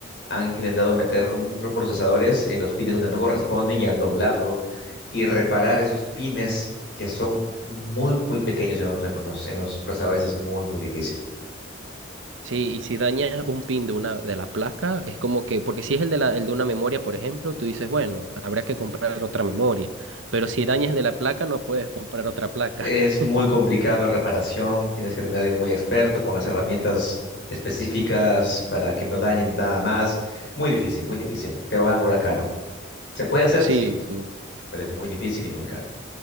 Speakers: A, on the left; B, on the right.
A: Han intentado meter un- unos procesadores en los pines donde no corresponden y han doblado y reparar esos pines que son muy, muy pequeños en los, en los- en los procesadores es muy, muy difícil.
B: Sí, y si dañas un pin de una de la placa, es como que, porque si es el de la, el de una memoria, por ejemplo, tú dices, bueno, habrá que comprar otra memoria, pero si dañas el de la placa, no puedes comprar otra placa.
A: Es
B: <laughs>
A: muy complicado reparación, tienes que tener a alguien muy experto con las herramientas específicas para que no dañen nada más. Muy difícil, muy difícil. Te van a cobrar caro. ¿Se puede hacer?
B: Sí,
A: Sí,
B: sí.
A: pero es muy difícil y muy caro.